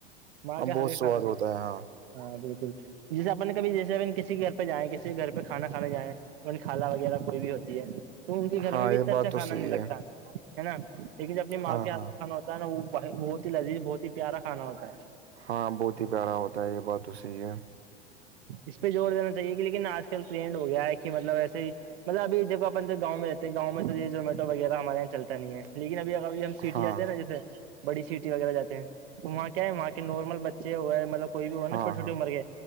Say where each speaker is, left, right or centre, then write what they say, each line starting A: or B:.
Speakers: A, on the right; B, on the right.
A: مال
B: اب
A: کیا
B: بہت
A: ہر
B: سواد
A: کھانا
B: ہوتا ہے ہاں
A: ہاں بالکل جیسے اپن کبھی جیسے اپ کسی گھر پہ جائیں کسی گھر پہ کانا کھانے جائیں کھالا وغیرہ کوئی بھی ہوتی ہے تو ان کے گھر
B: ہاں
A: میں بھی
B: یہ
A: اتنا
B: بات
A: اچھا
B: تو
A: کھانا
B: صحیح
A: نہیں لگتا
B: ہے
A: ہے نا لیکن جب اپنی ماں
B: ہاں
A: کے ہاتھ
B: ہاں
A: کانا ہوتا ہے نا وہ بہت ہی لذیذ بہت ہی پیارا کھانا ہوتا ہے
B: ہاں بہت ہی پیارا ہوتا ہے یہ بات تو صحیح ہے
A: اس پہ جوور دینا چاہیے کہ لیکن آج کل ٹرینڈ ہو گیا ہے کہ مطلب ایسے ہی مطلبھییک اپ گؤں میں رہتے گاؤں تو یہ زومیٹو وغیرہ ہمارے یہاں چلتا نہیں ہے لیکن ابھی ا ابھی ہم سٹی
B: ہاں
A: جے ہیں نا جیسے بڑی سیٹی وغیرہ جاتے ہیں وہاں کیا ہے وہاں نارمل بچے ہوئے مطلب کوئی بھی ہو نا
B: ہاں
A: چوٹی چھوٹی
B: ہاں
A: عمر کے